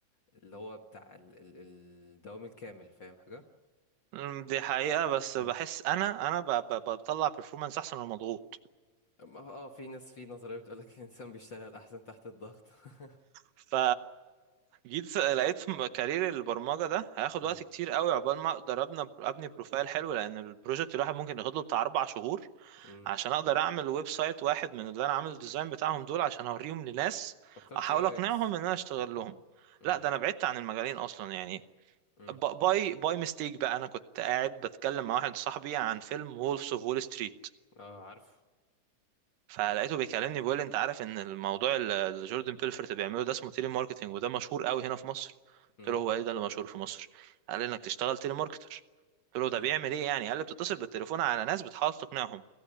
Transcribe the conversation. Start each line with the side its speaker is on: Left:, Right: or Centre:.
Left: اللي هو بتاع ال- ال- الدوام الكامل فاهم حاجة
Right: أمم، دي حقيقه بس
Left: مم.
Right: بحس انا انا ب... ب... بطلع بيرفورمانس احسن من مضغوط
Left: أما- اه في ناس في نظرية بتقولك <laughs> الانسان بيشتغل احسن تحت الضغط <laughs>
Right: ف جيت لقيت في كارير البرمجه ده هياخد
Left: امم
Right: وقت كتير قوي عقبال ما اقدر ابني ابني بروفايل حلو لان البروجكت الواحد ممكن ياخد له بتاع اربع شهور
Left: امم
Right: عشان اقدر اعمل ويب سايت واحد من اللي انا عامل الديزاين بتاعهم دول عشان اوريهم لناس
Left: اخترت
Right: احاول
Left: يو اي
Right: اقنعهم
Left: اكس
Right: ان انا اشتغل لهم
Left: امم
Right: لا ده انا بعدت عن المجالين اصلا يعني
Left: امم
Right: ب- باي باي ميستيك بقى انا كنت قاعد بتكلم مع واحد صاحبي عن فيلم وولفز اوف وول ستريت
Left: اه عارفه
Right: فلقيته بيكلمني بيقول لي انت عارف ان الموضوع اللي اللي جوردن بيلفورت بيعمله ده اسمه تيلي ماركتنج وده مشهور قوي هنا في مصر قلت
Left: امم
Right: له هو ايه ده اللي مشهور في مصر قال لي انك تشتغل تيلي ماركتر قلت له ده
Left: امم
Right: بيعمل ايه يعني قال لي بتتصل بالتليفون على ناس بتحاول تقنعهم